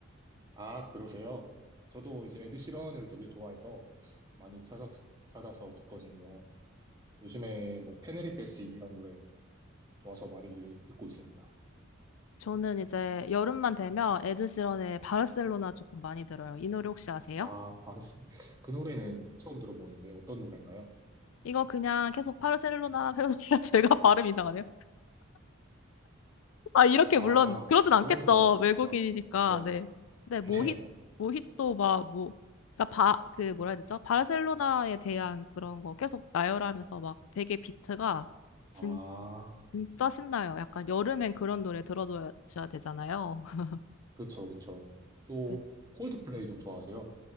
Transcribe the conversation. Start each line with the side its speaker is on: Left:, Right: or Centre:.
Right: 아, 그러세요? 저도 이제 에드 시런을 되게 좋아해서 많이 찾아, 찾아서 듣거든요. 요즘에 뭐 테네리페시 이런 노래 좋아서 많이 듣고 있습니다.
Left: 저는 이제 여름만 되면 에드시런의 바르셀로나 조금 많이 들어요. 이 노래 혹시 아세요?
Right: 아, 바르스. 그 노래는 처음 들어보는데 어떤 노래인가요?
Left: 이거 그냥 계속 바르셀로나, 페르소나 <laughs> 제가 발음 이상하네요. 아, 이렇게
Right: 아,
Left: 물론 그러진 않겠죠.
Right: 그런 노래가 있었구나.
Left: 외국인이니까.
Right: 네,
Left: 네.
Right: <laughs>
Left: 네, 모히
Right: 네.
Left: 모히또 막 뭐, 그러니까 바, 그 뭐라 해야 되죠? 바르셀로나에 대한 그런 거 계속 나열하면서 막 되게 비트가 진,
Right: 아,
Left: 진짜 신나요. 약간 여름엔 그런 노래 들어줘야 되잖아요. <laughs>
Right: 그쵸, 그쵸. 또
Left: 네.
Right: 콜드플레이도 좋아하세요?